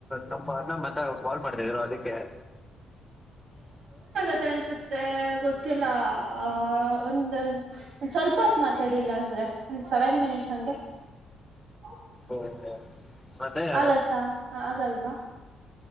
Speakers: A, in the centre; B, on the right.
A: ನಮಣ್ಣಮತ. ಕಾಲ್ ಮಾಡ್ತಿದ್ರು ಅದಕ್ಕೆ.
B: ಮತ್ತ ಅನ್ಸುತ್ತೆ ಗೊತ್ತಿಲ್ಲ ಆ ಒಂದ <unintelligible> ಸ್ವಲ್ಪತ್ ಮಾತಾಡಿ <unintelligible> ಇಲ್ಲ ಅಂದ್ರೆ ಒ ಸೆವೆನ್ ಮಿನಿಟ್ಸ್ ಹಂಗೆ <unintelligible>
A: ಓಹೋ ಮತ್ತೆ <unintelligible>
B: ಆಗತ್ತಾ ಆಗಲ್ವಾ